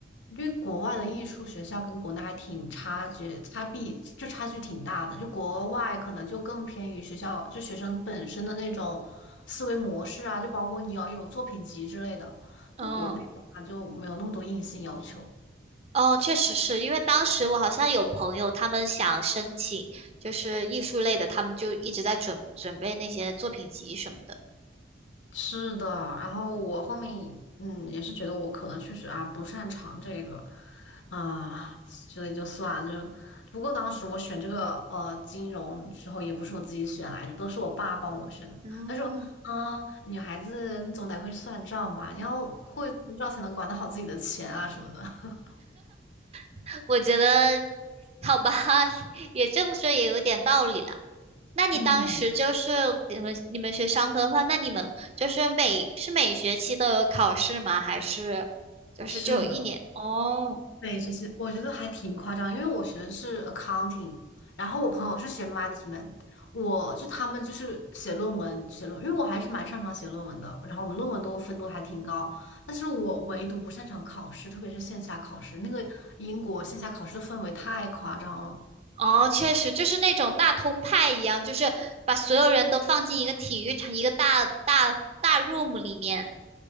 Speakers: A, on the left; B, on the right.
A: 因为国外的艺术学校跟国内还挺差距，差别就差距挺大的。就国外可能就更偏于学校，就学生本身的那种思维模式啊，就包括你要有作品集之类的。
B: 嗯。
A: 那国内的话就没有那么多硬性要求。
B: 哦，确实是因为当时我好像有朋友，他们想申请就是艺术类的，他们就一直在准准备那些作品集什么的。
A: 是的，然后我后面嗯也是觉得我可能确实啊不擅长这个啊，所以就算了就。不过当时我选这个呃金融时候也不是我自己选来的，都是我爸帮我选的。
B: 嗯，
A: 他说，嗯，女孩子你总得会算账吧，你要会算账才能管得好自己的钱啊什么的。<laughs>
B: <laughs> 我觉得好吧，<laughs> 也这么说也有点道理了。那你当时就是你们你们学商科的话，
A: 嗯，
B: 那你们就是每是每学期都有考试吗？还是就是就一年？
A: 是的。
B: 哦。
A: 对，其实我觉得还挺夸张，因为我学的是 accounting，然后我朋友是学 management，我就他们就是写论文写论，因为我还是蛮擅长写论文的，然后我们论文都分都还挺高，但是我唯独不擅长考试，特别是线下考试，那个英国线下考试的氛围太夸张了。
B: 哦，确实就是那种大通派一样，就是把所有人都放进一个体育场，一个大大大 room 里面。